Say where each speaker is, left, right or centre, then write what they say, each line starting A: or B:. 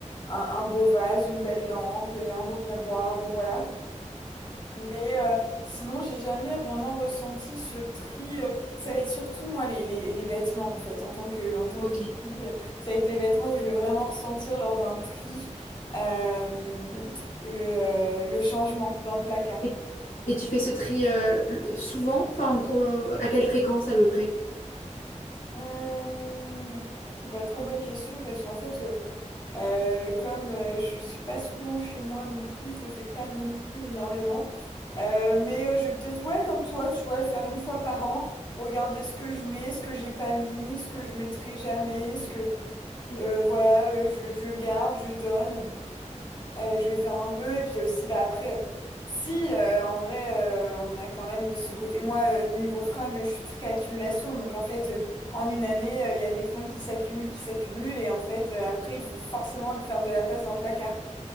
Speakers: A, on the left (about 35°); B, on the left (about 80°).
A: un, un beau vase, une belle lampe, euh, un beau miroir, bon voilà. Mais euh, sinon, j'ai jamais vraiment ressenti ce tri. euh, ça va être surtout, moi, les, les, les vêtements, en fait, en tant que, en tant
B: Ok.
A: que fille. euh, Ça va être les vêtements que je vais vraiment ressentir lors d'un tri, euh, le, euh, le changement dans le placard.
B: Et, et tu fais ce tri euh, le- souvent, enfin, co- euh, à quelle fréquence à peu près?
A: Hum, bah, très bonne question, parce qu'en fait, euh, Euh, comme euh, je suis pas souvent chez moi non plus, je le fais pas non plus énormément. Euh, mais euh, je vais peut-être, ouais, comme toi, tu vois, le faire une fois par an, regarder ce que je mets, ce que j'ai pas mis, ce que je mettrai jamais, ce que,
B: Mm.
A: euh, voilà, euh, je, je garde, je donne. Euh, je vais faire un peu. Et puis aussi, bah, après, euh, si, euh, en vrai, euh, on a quand même ce côté. Moi, euh, niveau fringues, je suis très accumulation. Donc, en fait, euh, en une année, euh, il y a des fringues qui s'accumulent, qui s'accumulent. Et en fait, euh, après, il faut forcément faire de la place dans le placard.